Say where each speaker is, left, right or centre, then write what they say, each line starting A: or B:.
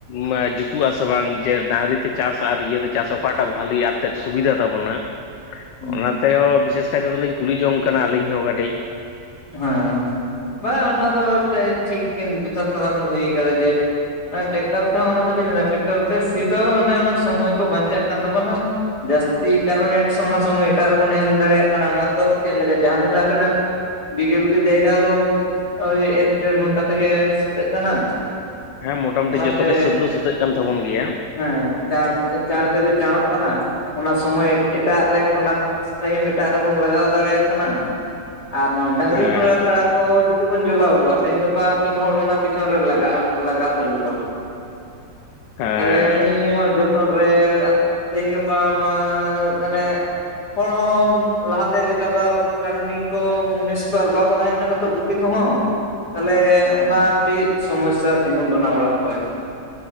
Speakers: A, on the left; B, on the left.
A: ᱢᱟ ᱡᱩᱛᱩᱜᱼᱟ ᱥᱮ ᱵᱟᱝ ᱡᱮ ᱰᱟᱝᱨᱤ ᱛᱮ ᱪᱟᱥ ᱟᱨ ᱤᱭᱟᱹ ᱛᱮ ᱪᱟᱥ ᱚᱠᱟᱴᱟᱜ ᱵᱷᱟᱹᱞᱤᱭᱟ, ᱟᱨ ᱪᱮᱫ ᱥᱩᱵᱤᱫᱷᱟ ᱛᱟᱵᱚᱱᱟ?
B: ᱦᱩᱸ
A: ᱚᱱᱟ ᱛᱮᱦᱚᱸ ᱵᱤᱥᱮᱥ ᱠᱟᱭᱛᱮ ᱫᱩᱞᱤᱧ ᱠᱩᱞᱤ ᱡᱚᱝ ᱠᱟᱱᱟ ᱟᱹᱞᱤᱧ ᱦᱚᱸ ᱠᱟᱹᱴᱤᱡ
B: ᱦᱮᱸ, ᱵᱟᱸ ᱚᱱᱟ ᱫᱚ ᱴᱟ ᱴᱷᱤᱠ ᱜᱮᱢ ᱡᱚᱛᱷᱟᱛ ᱠᱟᱛᱷᱟ ᱵᱮᱱ ᱞᱟᱹᱭ ᱠᱟᱫᱟ ᱡᱮ ᱚᱱᱟ ᱴᱮᱠᱴᱟᱨ ᱛᱮᱦᱚᱸ ᱚᱱᱟ ᱫᱚᱞᱤᱧ ᱞᱟᱹᱭᱫᱟ ᱴᱮᱠᱴᱟᱨ ᱛᱮ ᱥᱤ ᱫᱚ ᱚᱱᱮ ᱚᱱᱟ ᱥᱚᱢᱚᱭ ᱠᱟ ᱵᱟᱧᱪᱟᱜ ᱠᱟᱱ ᱛᱟᱵᱚᱱᱟ᱾ ᱡᱟᱹᱥᱛᱤ ᱠᱟᱨᱚᱱ ᱮᱸᱫ ᱥᱚᱱᱟ ᱥᱚᱢᱚᱭ ᱮᱴᱟᱜ ᱨᱮᱵᱚᱱ ᱮᱢ ᱫᱟᱲᱮᱭᱟᱜ ᱠᱟᱱᱟ ᱚᱱᱟ ᱛᱚ ᱪᱮᱜ ᱞᱮᱠᱟ ᱡᱟᱦᱟᱸ ᱛᱤᱱᱟᱹᱜ ᱟᱸᱵᱮᱱᱟᱜ ᱵᱤᱜᱟᱹ ᱵᱤᱜᱟᱹ ᱡᱟᱭᱜᱟ ᱦᱳᱞᱳ ᱳᱭ ᱮᱠ ᱰᱮᱲ ᱜᱷᱚᱱᱴᱟ ᱛᱮᱜᱮ ᱥᱟᱹᱛᱟᱹᱜ ᱠᱟᱱᱟ᱾
A: ᱦᱮᱸ ᱢᱚᱴᱟᱢᱩᱴᱤ
B: ᱚᱱᱟᱛᱮ
A: ᱡᱚᱛᱚ ᱜᱮ ᱥᱟᱹᱛ ᱫᱚ ᱥᱟᱹᱛᱟᱹᱜ ᱠᱟᱱ ᱛᱟᱵᱚᱱ ᱜᱮᱭᱟ
B: ᱦᱮᱸ ᱪᱟᱸᱬ ᱪᱟᱸᱬ ᱛᱮᱜᱮ ᱪᱟᱸᱬᱚᱜ ᱠᱟᱱᱟ᱾ ᱚᱱᱟ ᱥᱳᱢᱚᱭ ᱮᱴᱟᱜ ᱨᱮ ᱚᱱᱟ ᱴᱟᱭᱤᱢ ᱮᱴᱟᱜ ᱨᱮᱵᱚᱱ ᱞᱟᱜᱟᱣ ᱫᱟᱲᱮᱭᱟᱜ ᱠᱟᱱᱟ᱾ ᱱᱚᱜ-ᱚᱭ ᱰᱟᱝᱨᱤ
A: ᱦᱮᱸ
B: ᱠᱚ ᱠᱟᱲᱟ ᱠᱚ ᱡᱩᱫᱤ ᱵᱚᱱ ᱡᱚᱜᱟᱣ ᱠᱚᱣᱟ ᱛᱮᱦᱮᱧ ᱜᱟᱯᱟ ᱢᱤᱫ ᱦᱚᱲ ᱚᱱᱟ ᱯᱤᱪᱷᱚᱱ ᱨᱮ ᱞᱟᱜᱟᱜ ᱞᱟᱜᱟᱜ ᱦᱩᱭᱩᱜᱼᱟ᱾
A: ᱦᱮᱸ
B: ᱛᱟᱞᱦᱮ ᱚᱱᱮ ᱤᱧ ᱦᱚᱸ ᱡᱚ ᱛᱚᱱ ᱨᱮ ᱟ ᱛᱮᱦᱤᱧ ᱜᱟᱯᱟ ᱢᱟ ᱢᱟᱱᱮ ᱦᱚᱲ ᱦᱚᱸ ᱞᱟᱦᱟᱛᱮ ᱞᱮᱠᱟ ᱫᱚ ᱟᱨ ᱠᱟᱹᱲᱢᱤ ᱠᱚ ᱢᱩᱱᱤᱥ ᱠᱚ ᱟᱨ ᱵᱟᱠᱚ ᱛᱟᱦᱮᱱ ᱠᱟᱱᱟ ᱛᱚ ᱜᱩᱛᱤ ᱠᱚᱦᱚᱸ ᱛᱟᱦᱞᱮ ᱚᱱᱟ ᱢᱤᱫᱴᱤᱡ ᱥᱚᱢᱚᱥᱥᱟ ᱛᱤᱜᱩᱱ ᱠᱟᱱᱟ ᱚᱲᱟᱜ ᱠᱚᱨᱮ᱾